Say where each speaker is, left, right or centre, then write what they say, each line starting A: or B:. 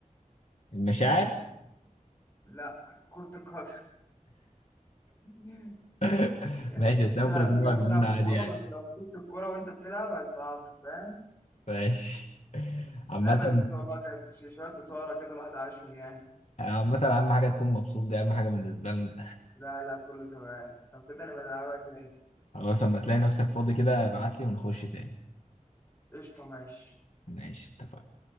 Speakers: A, on the left (about 55°); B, on the left (about 20°).
A: المشاعر
B: لا كرة القدم <laughs>
A: <laughs>
B: يعني
A: ماشي
B: انت
A: بس
B: بتلعب
A: أنا ممكن أكون
B: بيها
A: واقف
B: بتلعب
A: بدون عادي
B: بالكورة
A: يعني
B: بس لو مسكت الكورة وانت بتلعب هتتعاقب فاهم
A: ماشي عامة
B: لعبة لذيذة والله كانت ش- شوية إثارة كده الواحد عاشهم يعني
A: عامة أهم حاجة تكون مبسوط دي أهم حاجة بالنسبة لنا
B: لا لا كله تمام لو كده نبقى نلعبها تاني
A: خلاص أما تلاقي نفسك فاضي كده ابعت لي ونخش تاني
B: قشطة ماشي
A: ماشي اتفقنا